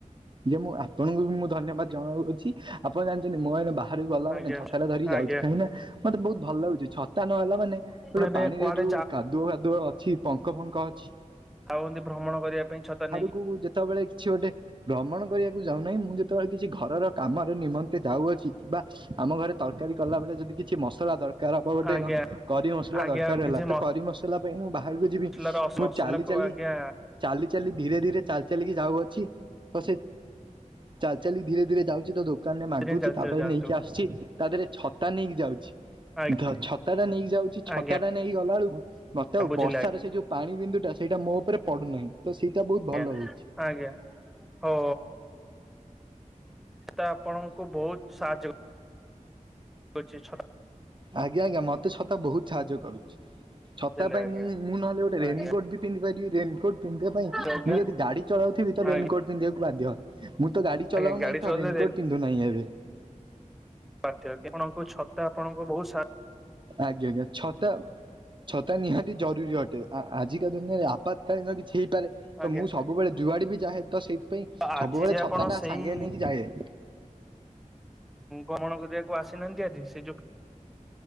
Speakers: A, on the right; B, in the centre.
A: ଯେ ମୁଁ ଆପଣଙ୍କୁ ବି ମୁଁ ଧନ୍ୟବାଦ ଜଣାଉଅଛି ଆପଣ ଜାଣିଛନ୍ତି ମୋ ଏ ବା ହାରିକି ଗଲା
B: ଆଜ୍ଞା
A: ମାନେ ଛତା ଟା ଧରିି ଯାଉଛି
B: ଆଜ୍ଞା
A: କାହିଁକ ନା ମତେ ବହୁତ ଭଲ ଲାଗୁଛି ଛତା ନ ହେଲା ମାନେ
B: ଆପଣ
A: ଳେ
B: ଏବେ
A: ପାଣିରେ
B: କୁଆଡେ
A: ଯୋଉ କାଦୁଅ ଫାଦୁଅ ଅଛି ପଙ୍କ ଫଙ୍କ ଅଛି
B: ଆଉ ଯଦି ଭ୍ରମଣ କରିବା ପାଇଁ ଛତା ନେଇକି
A: ମୁ ଯେତେବେଳେ କିଛି ଗୋଟେ ଭ୍ରମଣ କରିବାକୁ ଯାଉନାହିଁ। ମୁଁ ଯେତେବେଳେ କିଛି ଘରର କାମର ନିମନ୍ତେ ଯାଉଅଛି ବାଃ ଆମ ଘରେ ତରକାରୀ କଲା ବଳେ ଯଦି କିଛି ମସଲା ଦର ଗୋଟେ
B: ଆଜ୍ଞା
A: କରି ମସଲା
B: ଆଜ୍ଞା
A: ଦରକାର ହେଲା
B: କିଛି
A: ତ କରି ମସ ମୁଁ ବାହାରକୁ ଯିବି
B: ମସଲାର
A: ମୁଁ
B: ମସଲାକୁ
A: ଚାଲି ଚାଲି
B: ଆଜ୍ଞା
A: ଚାଲି ଆକଚୁଆଲି ଧୀରେ ଧୀରେ ଚାଲି ଚାଲିକି ଯାଉଅଛି ତ ସେ ଚାଲି ଚାଲି ଧୀରେ ଧୀରେ ଯାଉଛି ତୋ ଦୋକାନରେ ମାଗୁଛି
B: ଚାଲି
A: ତାପରେ
B: ଚାଲି ଯାଆନ୍ତୁ
A: ନେଇକି ଆସୁଛି ତା ଦେହରେ ଛତା ନେଇକି ଯାଉଛି।
B: ଆଜ୍ଞା
A: ଛତା ଟା ନେଇକି ଯାଉଛି ଛତା
B: ଆଜ୍ଞା
A: ଟା ନେଇ ଗଲା ବେଳକୁ ମତେ ଆଉ
B: ବୁଝିଲେ
A: ବର୍ଷାର ସେ ଯଉ ପାଣି ବିନ୍ଦୁ ଟା ସେଇଟା ମୋ ଉପରେ ପଡୁନାହିଁ ତ ସେଇଟା ବହୁତ ଭଲ
B: ଆଜ୍ଞା
A: ହଉଛି।
B: ଆଜ୍ଞା। ହଁ ତ ଆପଣଙ୍କୁ ବହୁତ ସାହାଯ୍ୟ ରୁଛି ଛଟ <inaudible>
A: ଆଜ୍ଞା ଆଜ୍ଞା ମତେ ଛତା ବହୁତ ସାହାଯ୍ୟ କରୁଛି, ଛତା
B: ବୁଝିଲେ
A: ପାଇଁ
B: ଆଜ୍ଞା
A: ମୁଁ ମୁଁ ନହେଲେ ଗୋଟେ ରେଇନ୍
B: ଆଜ୍ଞା
A: କୋଟ ବି ପିନ୍ଧି ପାରିବି ରେଇନକୋଟ୍ ପିନ୍ଧିବା ପାଇଁ
B: ଆଜ୍ଞା
A: ମୁଁ ଯଦି ଗାଡ଼ି ଚଳାଉଥିବି ତ ରେଇନକୋଟ୍
B: ଆଜ୍ଞା
A: ପିନ୍ଧିବାକୁ ବାଧ୍ୟ। ମୁଁ ତ ଗାଡ଼ି ଚଲାଉ
B: ଆଜ୍ଞା ଗାଡି
A: ନାହିଁ ତ
B: ଚଳେଇଲେ
A: ରେଇନକୋଟ୍ ପିନ୍ଧୁ ନାହିଁ ଏବେ।
B: କଣ ଆପଣଙ୍କ ଛତା ଆପଣଙ୍କ ବହୁତ ସା
A: ଆଜ୍ଞା ଆଜ୍ଞା ଛତା ଛତା ନିହାତି ଜରୁରୀ ଅଟେ, ଆଜିକା ଦିନରେ ଆପାତକାଳୀନ କିଛି ହେଇପାରେ। ତ
B: ଆଜ୍ଞା
A: ମୁଁ ସବୁବେଳେ ଯୁଆଡ଼େ ବି ଯାହେ ତ ସେଇଥିପାଇଁ
B: ଆଜି
A: ସବୁବେଳେ
B: ଯେ
A: ଛତା
B: ଆପଣ
A: ଟା
B: ସେଇ
A: ସାଙ୍ଗେ ନେଇକି ଯାଏ।
B: ଗମନ କରିବାକୁ ଆସିନାହାନ୍ତି ଆଜି, ସେ ଯଉ